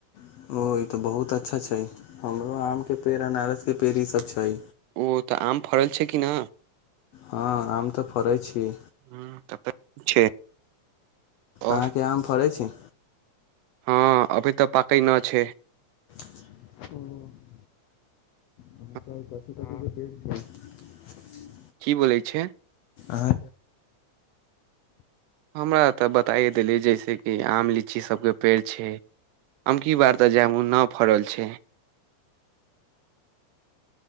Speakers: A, on the left; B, on the right.
A: ओ ई तऽ बहुत अच्छा छै हमरो आम के पेड़ अनारस के पेड़ ईसभ छै
B: ओ तऽ आम फड़ल छै कि ना
A: हँ आम तऽ फड़ैत छी
B: ह त तऽ ठीक छै और
A: अहाँके आम फड़ै छै
B: हँ अभी तऽ पकै नहि छै
A: <unintelligible> <unintelligible>
B: ह <unintelligible> की बोलै छै
A: आह
B: हमरा तऽ बताइ देलीै जैसे कि आम लीची सबके पेड़ छै अमकी बार तऽ जामुन ना फड़ल छै